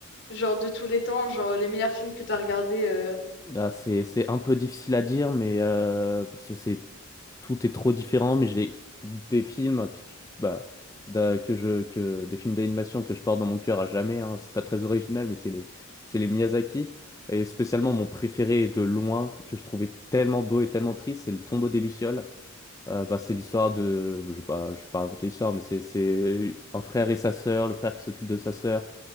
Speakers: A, on the left; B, on the left.
A: genre de tous les temps, genre les meilleurs films que t'as regardés euh.
B: Ah, c'est c'est un peu difficile à dire, mais euh, parce que c'est tout est trop différent. Mais j'ai des films, tout- bah, d'un- que je que des films d'animation que je porte dans mon cœur à jamais. hein. C'est pas très original, mais c'est les c'est les Miyazaki. Et spécialement mon préféré de loin, que je trouvais tellement beau et tellement triste, c'est Le Tombeau des Lucioles. Euh, bah, c'est l'histoire de, je vais pas, je vais pas raconter l'histoire, mais c'est c'est un frère et sa sœur, le frère qui s'occupe de sa sœur,